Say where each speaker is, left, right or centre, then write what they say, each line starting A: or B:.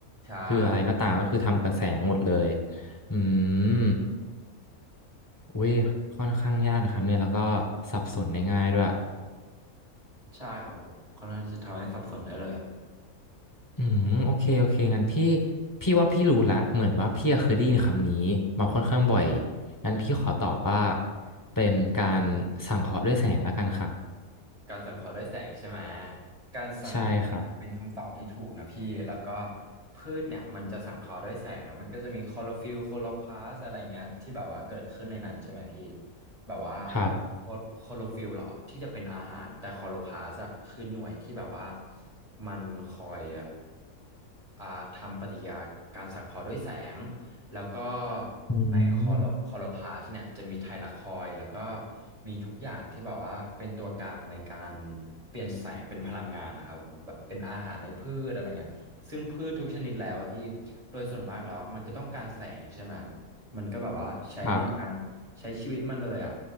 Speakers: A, on the right (about 25°); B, on the left (about 15°).
A: ใช่
B: คืออะไรก็ตามก็คือทำกับแสงหมดเลยอืมอุ้ยค่อนข้างยากนะครับเนี่ยแล้วก็สับสนได้ง่ายด้วย
A: ใช่ครับผมค่อนข้างที่จะทำให้สับสนได้เลยอะ
B: อืมโอเคโอเคงั้นพี่พี่ว่าพี่รู้ละเหมือนว่าพี่อะเคยได้ยินคำนี้มาค่อนข้างบ่อยงั้นพี่ขอตอบว่าเป็นการสังเคราะห์ด้วยแสงแล้วกันครับ
A: การสังเคราะห์ด้วยแสงใช่ไหม การสังเคราะห์ด้วยแสงเป็นคำตอบที่ถูกนะพี่แล้วก็
B: ใช่ครับ
A: พืชเนี่ยมันจะสังเคราะห์ด้วยแสงแล้วมันก็จะมีคลอโรฟิลล์โคลอพลาสต์อะไรเงี้ยที่แบบว่าเกิดขึ้นในนั้นใช่ไหมพี่แบบว่า
B: ครับ
A: โคโคลอฟิลล์หรอที่จะเป็นอาหารแต่คลอโรพลาสต์อะคือหน่วยที่แบบว่ามันคอยอะอ่าทำปฏิกิริยาการสังเคราะห์ด้วยแสง แล้วก็
B: อื
A: ในคอโลคอโลพาสเนี่ยจะมีไทลาคอยด์แล้วก็
B: ม
A: มีทุกอย่างที่แบบว่าเป็นตัวกลางในการเปลี่ยนแสงเป็นพลังงานนะครับผมแบบเป็นอาหารในพืชอะไรเงี้ยซึ่งพืชทุกชนิดแล้วอะพี่โดยส่วนมากแล้วมันก็ต้องการแสงใช่ไหมมันก็แบบว่าใช้ในการใช้ชีวิตมันเลยอ่ะ
B: ครับ